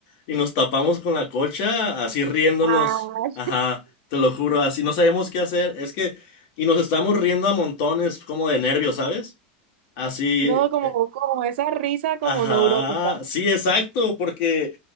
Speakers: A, on the left; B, on the right.
A: y nos tapamos con la colcha, así riéndonos.
B: Ah,
A: Ajá, te lo juro, así no sabemos qué hacer. Es que, y nos estamos riendo a montones, como de nervios, ¿sabes? Así,
B: no, como,
A: eh,
B: como esa risa como
A: ajá,
B: neurótica.
A: sí, exacto, porque